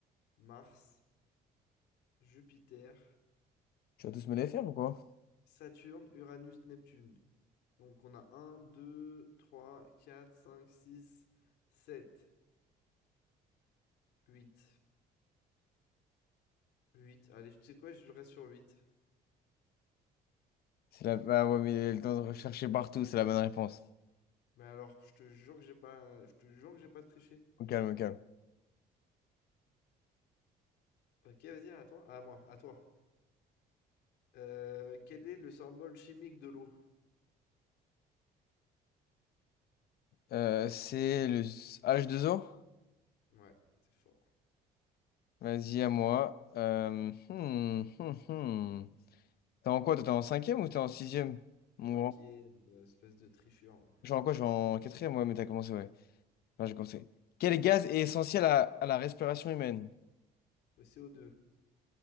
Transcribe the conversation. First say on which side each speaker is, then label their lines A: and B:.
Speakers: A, on the left; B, on the left.
A: Mars, Jupiter,
B: Tu vas tous me les faire ou quoi?
A: Saturne, Uranus, Neptune. Donc on a un deux trois quatre cinq six sept huit huit Allez, tu sais quoi, je reste sur huit
B: C'est la... Ah ouais, mais il le temps de rechercher partout, c'est la bonne réponse.
A: Mais alors, je te jure que j'ai pas je te jure que j'ai pas triché.
B: Au calme, au calme.
A: OK, vas-y, à toi. À moi, à toi. Heu, quel est le symbole chimique de l'eau?
B: Euh, c'est le H2O?
A: Ouais, c'est fort.
B: Vas-y, à moi. Euh, hmm, hmm, hmm. T'es en quoi? Toi, t'es en cinquième ou t'es en sixième? Mon
A: 5e,
B: grand.
A: espèce de tricheur. hein.
B: Je suis en quoi? Je suis en quatrième, ouais, mais t'as commencé, ouais. Enfin, j'ai commencé. Quel gaz est essentiel à, à la respiration humaine?
A: Le co deux.